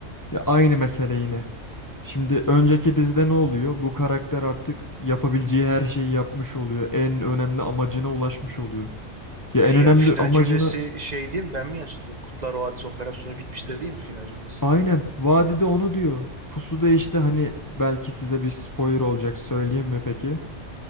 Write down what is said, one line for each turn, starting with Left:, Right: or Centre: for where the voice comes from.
Left: ya aynı mesele yine. Şimdi önceki dizide ne oluyor? Bu karakter artık yapabileceği her şeyi yapmış oluyor. En önemli amacına ulaşmış oluyor. Ya
Right: Ki
Left: en önemli
Right: ya final
Left: amacını
Right: cümlesi şey değil mi? Ben mi yanlış hatırlıyorum? Kurtlar Vadisi operasyonu bitmiştir değil mi final cümlesi?
Left: Aynen. Vadide onu diyor. Pusu'da işte hani belki size bir spoiler olacak söyleyeyim
Right: Hmm.
Left: mi peki?